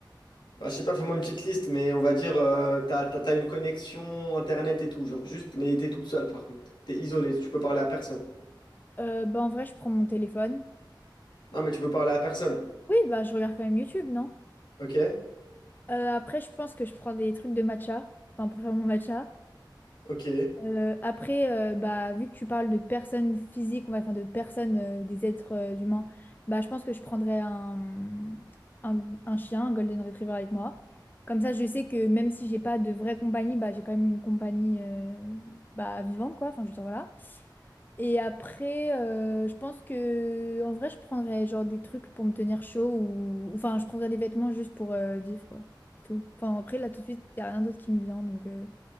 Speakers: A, on the left; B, on the left.
A: Bah, je sais pas, fais-moi une petite liste, mais on va dire, euh, t'as, t'as- t'as une connexion internet et tout, genre juste, mais t'es toute seule par contre. T'es isolée, tu peux parler à personne.
B: Euh, bah, en vrai, je prends mon téléphone.
A: Non, mais tu peux parler à personne.
B: Oui, bah, je regarde quand même YouTube, non?
A: Ok?
B: Euh, après, je pense que je prends des trucs de matcha, enfin, pour faire mon matcha.
A: Ok.
B: Euh, après, euh, bah, vu que tu parles de personnes physiques, on va enfin, de personnes, euh, des êtres euh, humains, bah, je pense que je prendrais un, un, un chien, un Golden Retriever avec moi. Comme ça, je sais que même si j'ai pas de vraie compagnie, bah, j'ai quand même une compagnie euh, bah, vivante, quoi. Enfin, je veux dire, voilà. Et après, euh, je pense que en vrai, je prendrais genre des trucs pour me tenir chaud ou enfin, je prendrais des vêtements juste pour euh, vivre quoi. C'est Tout. Enfin, après, là tout de suite, il y a rien d'autre qui me vient donc euh,